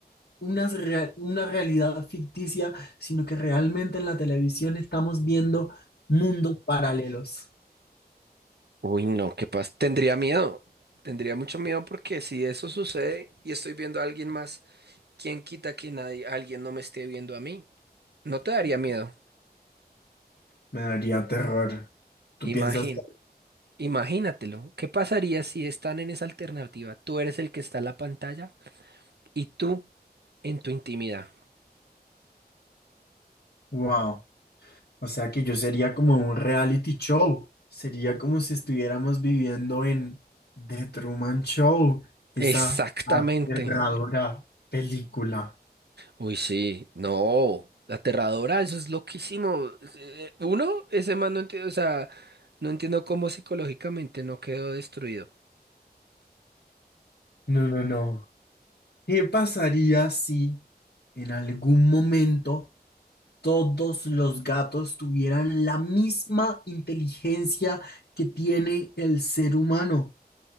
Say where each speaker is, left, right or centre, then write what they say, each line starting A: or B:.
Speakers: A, on the left (about 75°); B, on the right (about 80°).
A: unas rea- una realidad ficticia, sino que realmente en la televisión estamos viendo mundos paralelos?
B: Uy, no, qué pasa. Tendría miedo. Tendría mucho miedo porque si eso sucede y estoy viendo a alguien más, ¿quién quita que nadie, alguien no me esté viendo a mí? No te daría miedo.
A: Me daría terror. Tú
B: Imagín,
A: piensas,
B: imagínatelo. ¿Qué pasaría si están en esa alternativa? Tú eres el que está en la pantalla y tú en tu intimidad.
A: wow, o sea que yo sería como un reality show. Sería como si estuviéramos viviendo en The Truman Show, esa
B: Exactamente.
A: aterradora película.
B: Uy, sí, no, aterradora, eso es loquísimo. Eh, Uno, ese man no entiendo, o sea, no entiendo cómo psicológicamente no quedó destruido.
A: No, no, no. ¿Qué pasaría si en algún momento todos los gatos tuvieran la misma inteligencia que tiene el ser humano?